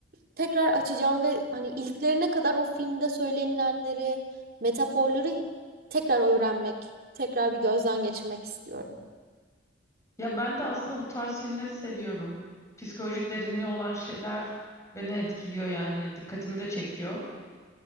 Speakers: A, on the right; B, on the left.
A: tekrar açacağım ve hani iliklerine kadar o filmde söylenilenleri, metaforları tekrar öğrenmek, tekrar bir gözden geçirmek istiyorum.
B: Ya ben de aslında bu tarz filmleri seviyorum. Psikolojik derinliği olan şeyler beni etkiliyor yani. Dikkatimi de çekiyor.